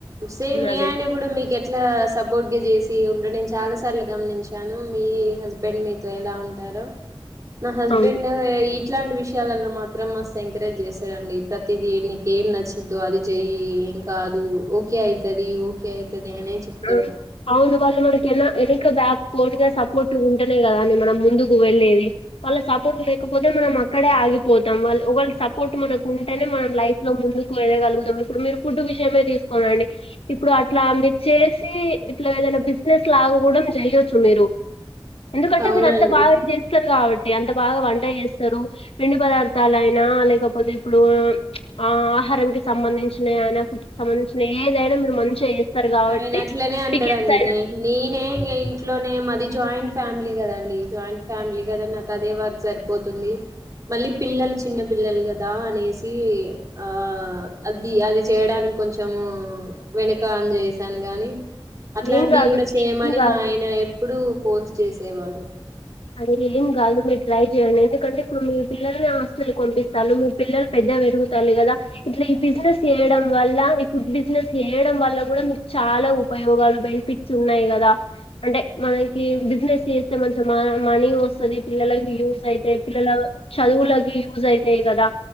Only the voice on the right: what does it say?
సేమ్ మీ
ఆయన గుడ మీకె అట్లా సపోర్ట్గజేసి ఉండడం చాలా సార్లు గమనించాను మీ హస్బెండ్ మీతో ఎలా ఉంటా హలో నా హస్బెండ్
ఇట్లాంటి విషయాలల్లో మాత్ మాత్రం మస్తు ఎంకరేజ్ చేస్తడండి ప్రతిదీ నీకేం నచ్చిద్దో అది చెయ్యి ఎంకాదు ఓకె ఓకె అయితది ఓకె అయితది అనే చెప్తాడు
అవునండి
ఆయనట్లనే అంటడండి
నీనే ఇంగ ఇంట్లోనే మది జాయింట్ ఫ్యామిలీ కదండి జాయింట్ ఫ్యామిలీ కదా నాకదే వర్క్ సరిపోతుంది మళ్ళీ పిల్లల్ చిన్న పిల్లలు కదా అనేసి ఆ అది అది చేయడాని కొంచము వెనకా అన్ చేసాను గాని అట్లాంటివి
కూడా చేయమని మా ఆయన ఎప్పుడూ ఫోర్స్ చేసేవాడు